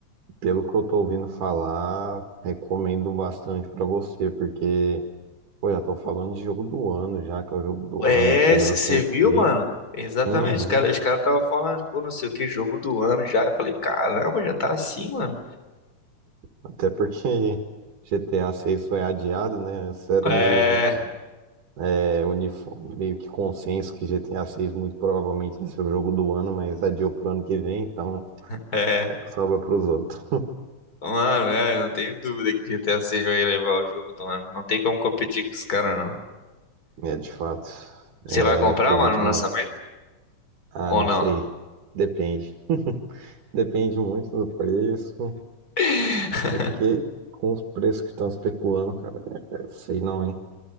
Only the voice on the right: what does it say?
pelo que eu tô ouvindo falar, recomendo bastante pra você, porque. Pô, já estão falando de jogo do ano já, que é o jogo do
ano, sei
lá, sei o
quê.
Uhum.
Até porque <laughs> GTA seis foi adiado, né? Antes era
meio, é, unifo- meio que consenso que GTA seis muito provavelmente ia ser o jogo do ano, mas adiou pro ano que vem, então
é, sobra pros outros.
É, de fato.
É
coisa
de
maluco.
Ah,
não
sei. Depende. Depende muito do preço,
porque com os preços que estão especulando, cara, é, é, sei não, hein?